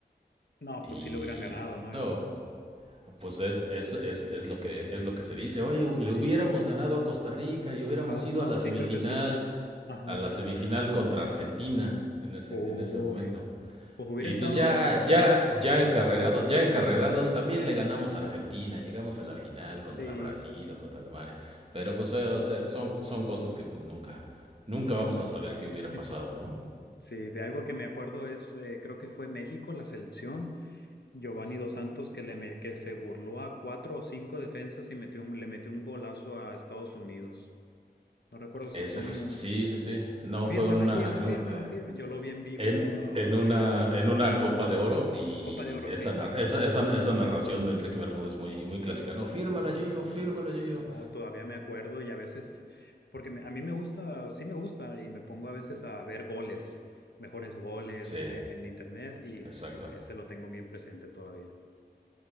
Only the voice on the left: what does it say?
No,
pues sí lo hubieran ganado, ¿no?
Sí,
Fa-
no,
sí,
creo que sí. Ajá.
Uy,
pues hubiera
estado
emocionante.
Sí.
<laughs>
Sí, de algo que me acuerdo es, eh, creo que fue México, la selección, Giovanni Dos Santos que, le me- que se burló a cuatro o cinco defensas y metió un, le metió un golazo a Estados Unidos. No recuerdo si
fue
un mundo.
Fírmala,
Gio,
fírmala,
firma. Yo lo vi en vivo
y oh,
fue
Copa de Oro,
sí.
Sí,
oh.
No, todavía me acuerdo y a veces, porque me- a mí me gusta, sí me gusta y me pongo a veces a ver goles, mejores goles,
no sé, en internet y
ese lo tengo bien presente todavía.